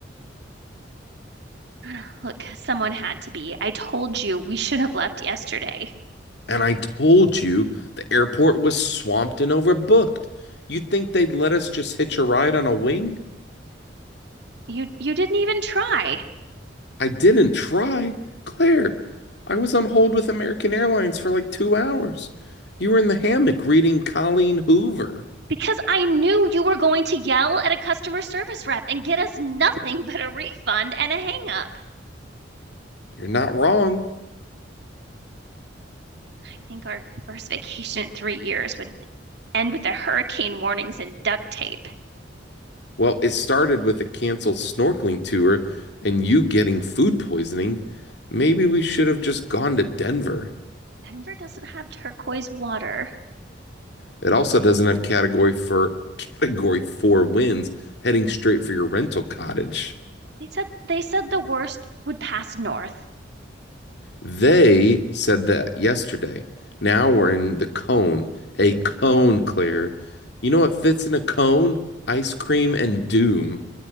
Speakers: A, on the right; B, on the left.
A: <sighs> Look, someone had to be. I told you we should have left yesterday.
B: And I told you the airport was swamped and overbooked. You think they'd let us just hitch a ride on a wing?
A: You you didn't even try
B: I didn't try. Claire, I was on hold with American Airlines for like two hours. You were in the hammock reading Colleen Hoover.
A: because I knew you were going to yell at a customer service rep and get us nothing <laughs> but a refund and a hang up.
B: You're not wrong.
A: I think our first vacation in three years would end with the hurricane warnings and duct tape.
B: Well, it started with a canceled snorkeling tour and you getting food poisoning. Maybe we should have just gone to Denver.
A: Denver doesn't have turquoise water.
B: It also doesn't have category for <laughs> category four winds heading straight for your rental cottage.
A: They said they said the worst would pass north.
B: They said that yesterday. Now we're in the cone. A cone, Claire. You know what fits in a cone? Ice cream and doom.